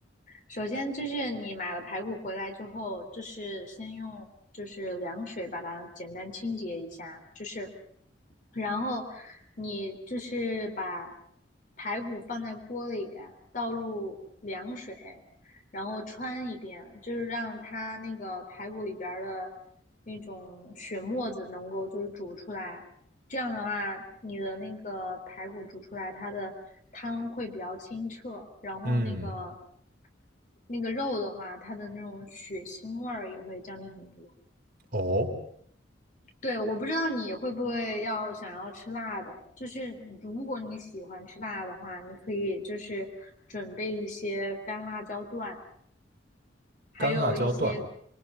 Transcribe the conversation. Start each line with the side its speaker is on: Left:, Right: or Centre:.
Left: 首先就是你买了排骨回来之后，就是先用就是凉水把它简单清洁一下，就是然后你就是把排骨放在锅里，倒入凉水，然后穿一遍，就是让它那个排骨里边的那种血沫子能够就是煮出来。这样的话，你的那个排骨煮出来，它的汤会比较清澈，然后那个
Right: 嗯，
Left: 那个肉的话，它的那种血腥味儿也会降低很多。
Right: 哦，
Left: 对，我不知道你会不会要想要吃辣的，就是如果你喜欢吃辣的话，你可以就是准备一些干辣椒段，还有一些，
Right: 干辣椒段，